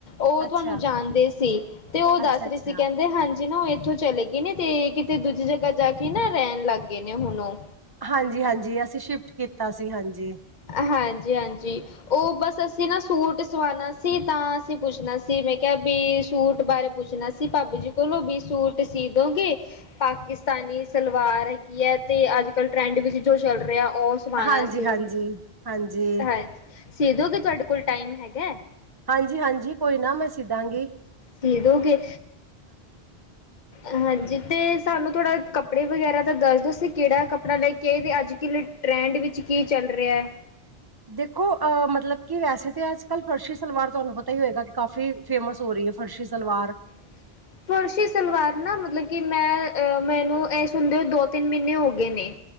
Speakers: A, on the left (about 45°); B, on the right (about 25°).
A: ਓ
B: ਅੱਛਾ
A: ਤੁਹਾਨੂੰ ਜਾਣਦੇ ਸੀ ਤੇ ਓ
B: ਅੱਛਾ
A: ਦੱਸ
B: ਅੱਛਾ
A: ਰਹੇ ਸੀ ਕਹਿੰਦੇ ਹਾਂ ਜੀ ਨਾ ਇਥੋਂ ਚਲੇ ਗਏ ਨੇ ਤੇ ਕਿਤੇ ਦੂਜੀ ਜਗ੍ਹਾ ਜਾ ਕੇ ਨਾ ਰਹਿਣ ਲੱਗ ਗਏ ਨੇ ਹੁਨ ਓ।
B: ਹਾਂਜੀ-ਹਾਂਜੀ, ਅਸੀਂ ਸ਼ਿਫਟ ਕੀਤਾ ਸੀ ਹਾਂਜੀ।
A: ਹਾਂਜੀ-ਹਾਂਜੀ, ਓ ਬਸ ਅਸੀਂ ਨਾ ਸੂਟ ਸਵਾਨਾ ਸੀ ਤਾਂ ਅਸੀਂ ਪੁੱਛਣਾ ਸੀ, ਮੈਂ ਕਿਹਾ ਵੀ ਸੂਟ ਬਾਰੇ ਪੁੱਛਣਾ ਸੀ, ਭਾਬੀ ਜੀ ਕੋਲੋਂ ਵੀ ਸੂਟ ਸੀ ਦੋ ਗੇ ਪਾਕਿਸਤਾਨੀ ਸਲਵਾਰ ਹੈਗੀ ਹੈ ਤੇ ਅੱਜ-ਕੱਲ੍ਹ ਟਰੈਂਡ ਵਿੱਚ ਜੋ ਚੱਲ ਰਿਹਾ ਓ ਸਵਾਨਾ
B: ਹਾਂਜੀ
A: ਸੀ,
B: ਹਾਂਜੀ ਹਾਂਜੀ
A: ਹਾਂਜ ਸੀ ਦੋ ਗੇ ਤੁਹਾਡੇ ਕੋਲ ਟਾਈਮ ਹੈਗਾ?
B: ਹਾਂਜੀ-ਹਾਂਜੀ ਕੋਈ ਨਾ, ਮੈਂ ਸੀ ਦਾਂਗੀ।
A: ਸੀ ਦੋ ਗੇ? ਹਾਂਜੀ, ਤੇ ਸਾਨੂੰ ਥੋੜ੍ਹਾ ਕੱਪੜੇ ਵਗੈਰਾ ਤਾਂ ਦੱਸ ਦਿਉਂ, ਕੇੜਾ ਕੱਪੜਾ ਲੈ ਕੇ ਤੇ ਅੱਜ, ਕਿੱ ਟਰੈਂਡ ਵਿੱਚ, ਕੀ ਚੱਲ ਰਿਹਾ?
B: ਦੇਖੋ ਆ ਮਤਲਬ ਕਿ ਵੈਸੇ, ਤੇ ਅੱਜ ਕੱਲ ਫਰਸ਼ੀ ਸਲਵਾਰ, ਤਾਨੂੰ ਪਤਾ ਹੀ ਹੋਏਗਾ, ਕਾਫ਼ੀ ਫੇਮਸ, ਹੋ ਰਹੀ ਹੈ ਫਰਸ਼ੀ ਸਲਵਾਰ
A: ਹ <unintelligible> ਫਰਸ਼ੀ ਸਲਵਾਰ ਨਾ, ਮਤਲਬ ਕਿ ਮੈਂ ਮੈਨੂੰ ਇਹ, ਸੁਣਦੇ ਹੋ ਦੋ ਤਿੰਨ ਮਹੀਨੇ ਹੋ ਗਏ ਨੇ